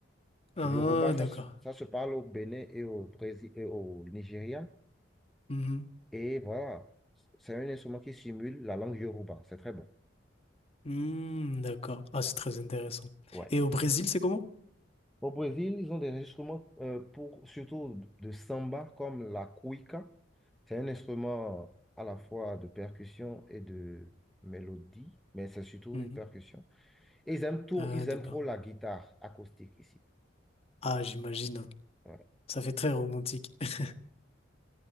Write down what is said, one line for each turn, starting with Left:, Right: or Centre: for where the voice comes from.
Left: Ah,
Centre: Le yoruba, ça,
Left: d'accord.
Centre: se ça se parle au Bénin et au Brésil et au Nigeria.
Left: Mhm.
Centre: Et voilà, c'est un instrument qui simule la langue yoruba. C'est très bon.
Left: Hmm, d'accord. Ah, c'est très intéressant.
Centre: Ouais.
Left: Et au Brésil, c'est comment?
Centre: Au Brésil, ils ont des instruments euh, pour surtout de samba comme la cuica. C'est un instrument à la fois de percussion et de mélodie, mais c'est surtout
Left: Mhm,
Centre: une
Left: mhm.
Centre: percussion. Et ils aiment tout,
Left: Ah,
Centre: ils
Left: d'accord.
Centre: aiment trop la guitare acoustique ici.
Left: Ah, j'imagine. hein.
Centre: Ouais.
Left: Ça fait très romantique. <laughs>